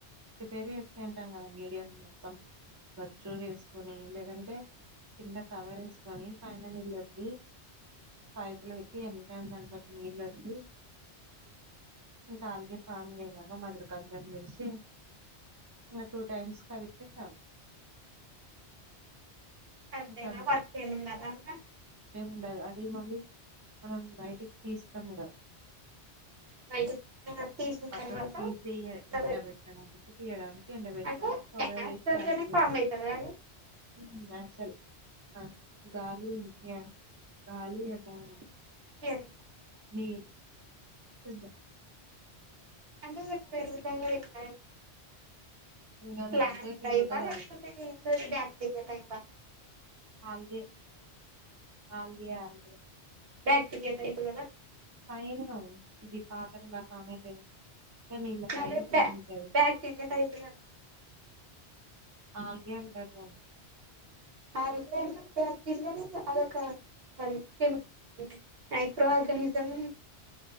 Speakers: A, on the right; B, on the right.
A: ప్రిపేర్ చేస్తుంటాం కదా మీడియం మొత్తం వర్చ్ల ల్ చెస్ కొనీ ఏం లేదంటే కింద కవర్ వేసుకొని పైన నీళ్ళు వదిలి పైపు లో పెట్టి ఎనీ టైమ్ దాంట్లో నీళ్ళు వదిలి ఇంకా ఆల్ <unintelligible> ఫామ్ అయేలాగా మదర్ కల్చర్ ను ఈడ్చి మ్ టూ టైమ్స్ కలిపితే చాల్
B: అంతేనా
A: ఇంకంతే.
B: వర్క్ ఏముందల లా
A: ఉండదు అది మళ్ళీ మనం బయటికి తీస్తాం కదా
B: బయటికి తీసిన
A: పక్కకు
B: తర్వాత
A: తీసియే
B: ఉండబెట్
A: ఎండ బెట్టడానికి తీయడానికి ఎండ బెట్టడానికి
B: అంటే
A: పౌడర్
B: న్యాచురల్
A: చేసి ప్యాక్
B: గానే
A: చేయడానికి
B: ఫామ్ అయితది అది
A: ఉమ్ న్యాచురల్ ఆ గాలి మ్ యా కాలి ఎలా ఉంది <unintelligible>
B: ఏమ్
A: మీరు ఇద్ గో
B: అంటే పేరుగ్ తాయినో <unintelligible>
A: ఇంగ అది
B: ఫ్లాన్
A: అంతే పెరుగుతది
B: టైప్ ఆ లేకపోత్
A: ఆల్గే
B: ఇట్లా టయిపా
A: algae algae algae
B: ఇ <unintelligible> టైప్ కదా
A: ఐనో ఇది పాతారీల్లా సామెత ఇద్ కానీ ఇలా
B: మళ్ళ
A: పైన పగుల్
B: బ్యా
A: తది
B: బ్యాక్టీరియా టైప్
A: ఆల్ గే ఉంటదను <unintelligible>
B: అల్ గే ఆంట్ బాక్టీరియా కాద్ అదొక మైక్రో ఆర్గానిజం